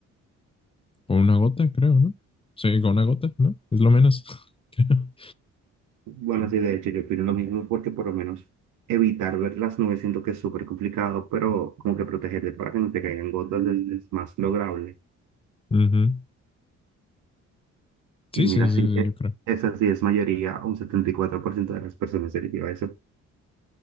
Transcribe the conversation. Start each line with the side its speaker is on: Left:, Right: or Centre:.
Left: Con una gota, creo, ¿no? Sí, con una gota, ¿no? Es lo menos, <laughs> creo.
Right: Bueno, sí, de hecho, yo opino lo mismo porque por lo menos evitar ver las nubes siento que es súper complicado, pero como que protegerte para que no te caigan gotas es, es más lograble.
Left: Ujú. Sí,
Right: Y mira,
Left: sí, sí,
Right: sí,
Left: sí,
Right: e-
Left: yo creo.
Right: esa sí es mayoría, un 74% de las personas eligió eso.